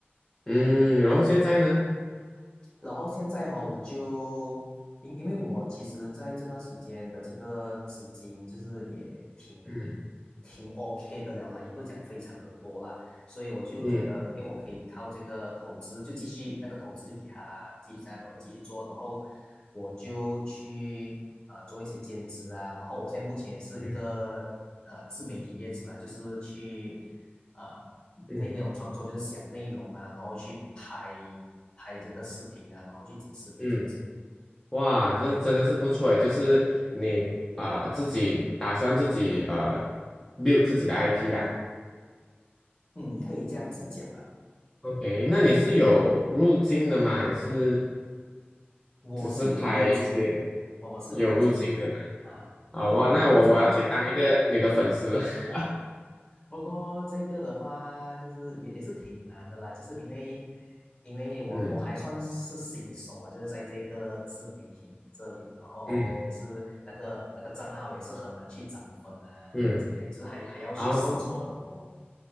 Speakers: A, in the centre; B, on the left.
A: 嗯，
B: 嗯
A: 然后现在呢？
B: 然后现在哈、我就因因为我其实在这段时间的这个资金就是也挺
A: 嗯
B: 挺 OK 的了啦，也不是讲非常的多啦，所以我就觉得，
A: 嗯
B: 诶，我嗯可以靠这个投资就继续那个投资就给他继续在那边我继续做，然后我就去呃做一些兼职啊，然后我现在目前也是一个呃自媒体业主啊，
A: 嗯
B: 就是去。啊，内内容创作，
A: 嗯
B: 就是想内容啊，然后去拍拍这个视频啊，然后去剪视频这样子。
A: 嗯，哇，这真的是不错诶，就是你啊、呃自己打算自己呃 build 自己的 IP 啦。
B: 嗯，可以这样子讲啊，
A: OK，那你是有入境的吗？还是
B: 我是有路径的，
A: 只是拍一些
B: 我我是有路径的啊。
A: 有入境的啦？好哇，
B: 不过不过这个
A: 那我我要去当一个你的粉丝。<laughs>
B: 不过这个的话，就是也也是挺难的啦，就是因为因为我我还算是新手啊，
A: 嗯
B: 就是在这个自媒体这里，然后也是那个那个账号也是很难去涨粉啊等等之类的就是还还要去试错很多。
A: 嗯嗯，好。